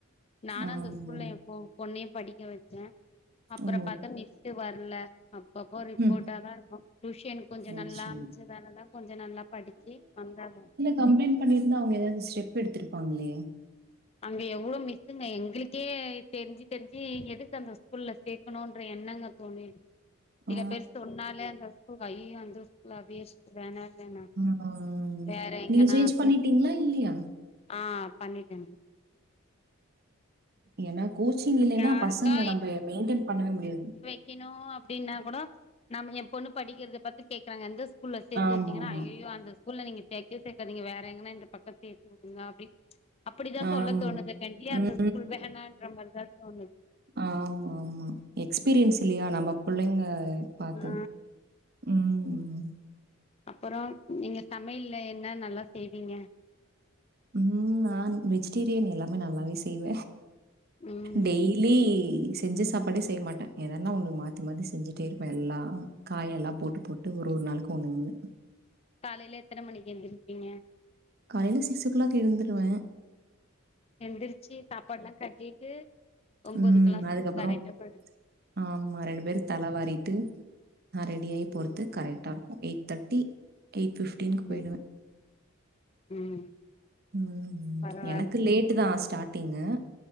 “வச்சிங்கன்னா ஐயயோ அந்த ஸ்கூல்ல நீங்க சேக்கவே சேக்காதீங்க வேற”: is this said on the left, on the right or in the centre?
Left